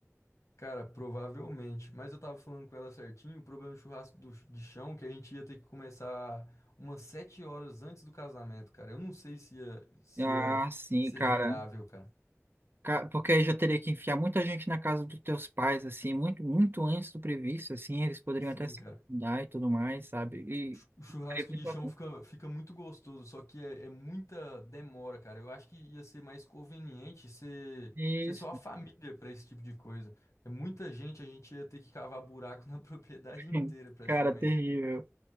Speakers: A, on the left; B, on the right.
A: Cara, provavelmente. Mas eu tava falando com ela certinho, o problema do churrasco do- de chão, que a gente ia ter que começar umas sete horas antes do casamento, cara. Eu não sei se ia, se
B: Ah,
A: ia
B: sim,
A: ser
B: cara.
A: viável, cara.
B: Ca- Porque aí já teria que enfiar muita gente na casa dos teus pais, assim, muito, muito antes do previsto, assim, eles poderiam
A: Sim,
B: até se
A: cara.
B: mudar e tudo mais, sabe? E
A: O chu- o churrasco
B: seria muito
A: de
B: bacana.
A: chão fica, fica muito gostoso, só que é, é muita demora, cara. Eu acho que ia ser mais conveniente ser,
B: Isso,
A: ser só a família pra esse tipo de coisa. É muita gente, a gente ia ter que cavar buraco na <laughs> propriedade
B: <laughs>
A: inteira, praticamente.
B: cara, terrível.